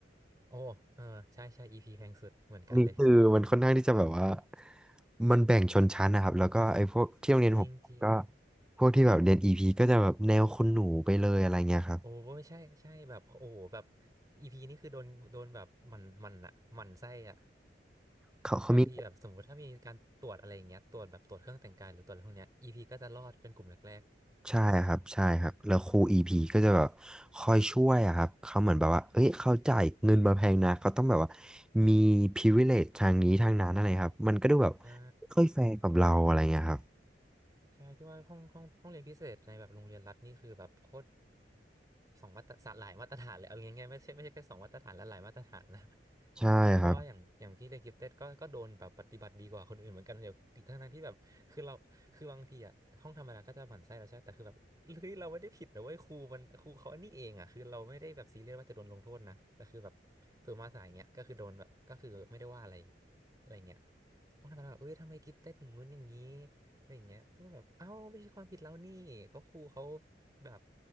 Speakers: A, on the right; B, in the centre.
A: โอ้เออใช่ใช่ EP แพงสุดเหมือนกันเลย
B: นี่คือมันค่อนข้างที่จะแบบว่ามันแบ่งชนชั้นนะครับแล้วก็ไอ้พวกที่โรงเรียนผมก็
A: จริงจริง
B: พวกที่แบบเรียนอีพีก็จะแบบแนวคุณหนูไปเลยอะไรเงี้ยครับ
A: โอ้ใช่ใช่แบบโอ้โหแบบ EP นี่คือโดนโดนแบบหมันหมันอะหมันไส้อะ
B: เขาเขามี
A: บางทีแบบสมมติถ้ามีการตรวจอะไรอย่างเงี้ยตรวจแบบตรวจเครื่องแต่งกายหรือตรวจอะไรพวกเนี้ย EP ก็จะรอดเป็นกลุ่มแรก
B: ใช่ครับใช่ครับแล้วครูอีพีก็จะแบบคอยช่วยอะครับเขาเหมือนแบบว่าเอ้ยเขาจ่ายเงินมาแพงนะเขาต้องแบบว่ามี privilege ทางนี้ทางนั้นอะไรครับมันก็ดูแบบไม่ค่อยแฟร์กับเราอะไรเงี้ยครับ
A: ๆใช่ ใช่พี่ว่าห้องห้องห้องเรียนพิเศษในแบบโรงเรียนรัฐนี่คือแบบโคตรสองมาตรฐานหลายมาตรฐานเลยเอาง่ายๆไม่ใช่ไม่ใช่แค่สองมาตรฐานและหลายมาตรฐานนะ
B: ใช่ครับ
A: เพราะว่าอย่างอย่างพี่เรียนกิฟเต็ดก็ก็โดนแบบปฏิบัติดีกว่าคนอื่นเหมือนกันเดี๋ยวทั้งๆที่แบบคือเราคือบางทีอะห้องธรรมดาก็จะหมั่นไส้เราใช่ไหมแต่คือแบบเฮ้ยเราไม่ได้ผิดนะเว้ยครูมันครูเขาอันนี้เองอะคือเราไม่ได้แบบซีเรียสว่าจะโดนลงโทษนะแต่คือแบบส่วนมาสายเงี้ยก็คือโดนแบบก็คือไม่ได้ว่าอะไรอะไรเงี้ยห้องธรรมดาแบบเอ้ยทำไมกิฟเต็ดอย่างงู้นอย่างงี้ อะไรอย่างเงี้ยก็แบบเอ้าไม่ใช่ความผิดเรานี่ก็ครูเขาแบบ